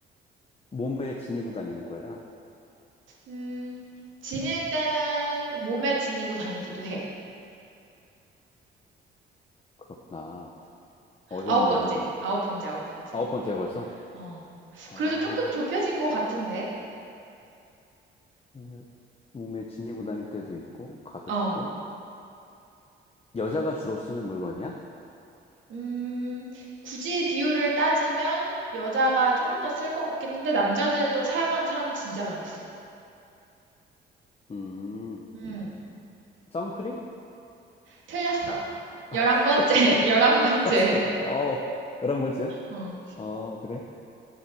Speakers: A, on the left (about 30°); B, on the right (about 75°).
A: 몸에 지니고 다니는 거야?
B: 음, 지닐 때는 몸에 지니고 다니기도 해.
A: 그렇구나. 어렵네.
B: 아홉 번째. 아홉 번째, 아홉 번째.
A: 아홉 번째야 벌써?
B: 어.
A: 아,
B: 그래도 조금 좁혀진
A: 저-
B: 것 같은데?
A: 몸에, 몸에 지니고 다닐 때도 있고 가볍고
B: 어.
A: 여자가 주로 쓰는 물건이야?
B: 음, 굳이 비율을 따지면 여자가 조금 더 쓸 것 같긴 한데 남자들 또 사용하는 사람은 진짜 많이 써.
A: 음,
B: 음,
A: 선크림?
B: 틀렸어. 열한
A: <laughs>
B: 번째,
A: 잠깐만.
B: <laughs> 열한 번째.
A: 아, 잠깐만. 어, 열한 번째야?
B: 어,
A: 어, 그래?